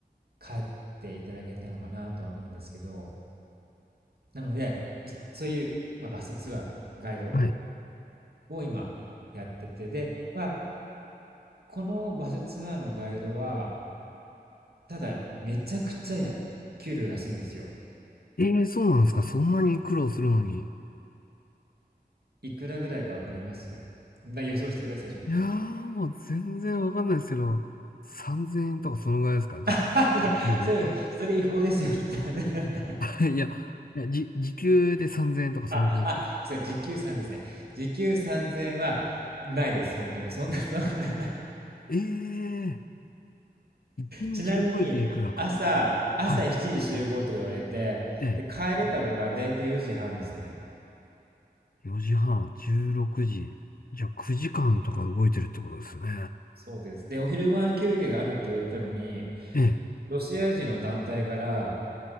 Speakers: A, on the right; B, on the left.
A: 帰っていただけたのかなとは思うんですけど、なので、そういう、まあ、バスツアーのガイド
B: はい。
A: を今やってて、で、まあ、このバスツアーのガイドは、ただ、めちゃくちゃ給料が安いんですよ。
B: ええそうなんですか。そんなに苦労するのに。
A: いくらぐらいかわかりますな予想してください、ちょっと。
B: いやー、もう全然わかんないですけど、3000円とかそのぐらいですか時、
A: <laughs> いや、
B: 時給で。
A: それ、それ違法ですよ、ね。<laughs> 3円だったら。
B: <laughs> いや、いやじ、時給で3000円とかそのぐらいですか
A: あ、あ、それ、時給3000ですね。時給3000円は、ないです、本当に。そんな、そんな、な
B: ええ1日動いていくらか。
A: ちなみに、朝、朝7時集合とか言われて、
B: はい。え
A: で、帰れたのがだいたい4時半ですね。
B: え4時半、16時。じゃあ9時間とか動いてるってことですね。
A: そうです。で、お昼ご飯休憩があるって言われたのに、
B: ええ
A: ロシア人の団体から、